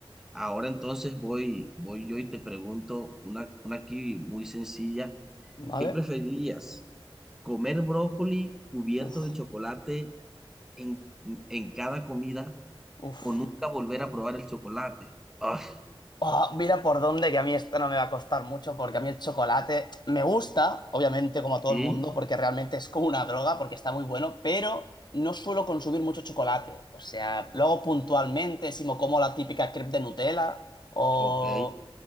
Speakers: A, in the centre; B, on the left.
A: Ahora entonces voy, voy yo y te pregunto una, una aquí muy sencilla.
B: ¿vale?
A: ¿Qué preferirías? ¿Comer brócoli cubierto
B: Uf,
A: de chocolate en, en cada comida
B: uf.
A: o nunca volver a probar el chocolate? Ah,
B: Oh, mira por dónde, que a mí esto no me va a costar mucho, porque a mí el chocolate me gusta, obviamente, como a todo
A: sí,
B: el mundo, porque realmente es como una droga, porque está muy bueno, pero no suelo consumir mucho chocolate. O sea, lo hago puntualmente, si me como la típica crepe de Nutella, o...
A: ok,